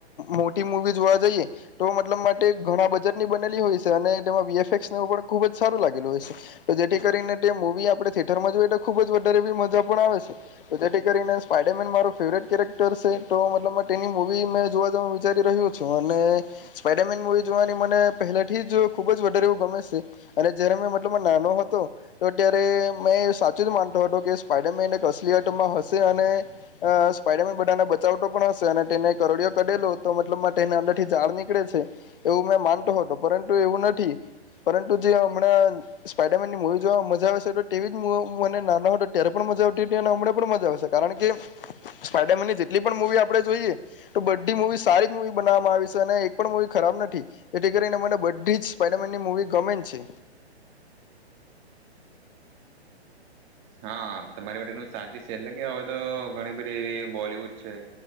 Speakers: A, on the left; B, on the right.
A: મોટી મુૂવી જોવા જઈએ તો મતલબ માટે ઘણા બજટની બનેલી હોય છે અને તેમાં વીએફએક્સવ પણ ખૂબ જ સારું લાગેલું હોય છે તો જેથી કરીને તે મૂવી આપણે થિયેટરમાં જોઈએ તો ખૂબ જ વધારે બી મજા પણ આવે છે તો જેથી કરીને સ્પાાઈડારમેન મારો ફેવરેટ કેરેક્ટર છે તો મતલબ તેની મૂવી મેં જોવા જું વિચારી રહ્યું છું અને સ્પાઈડારમેન મૂવી જોવાની મને પહેલાથી જ ખૂબ જ વધારે એવું ગમે છે અને જ્યારે મેં મતલબ નાનો હતો તો ત્યારે મેં સાચું જ માનતો હતો કે સ્પાઈડરમેન એક અસલિયતમાં હશે અને સ્પાઈડરમેન બધાને બચાવટ પણ હશે અને તેને કરોડિયો કઢેલો તો મતલબ તેને અંદર થી ઝાડ નીકળે છે એવું મેં માનતો હતો પરંતુ એવું નથી પરંતુ જે હમણાં સ્પાઈડરમેનની મૂવી જોવા મજા આવેશે તેવી જ મને નાનો હતો ત્યારે પણ મજા આવતી હતી અને હમણાં પણ મજા આવશે કારણ કે સ્પાઈડરમેનની જેટલી પણ મુવી આપણે જોઈએ તો બધી મુવી સારી જ મુવી બનાવામાં આવી છે અને એક પણ મુવી ખરાબ નથી જેથી કરીને મને બધી જ સ્પાઈડરમેનની મુવી ગમે છે
B: હા તમારી માટેું સાજ છે એટલે હવે તો ઘણી બધી એવી બોલીવુડ છે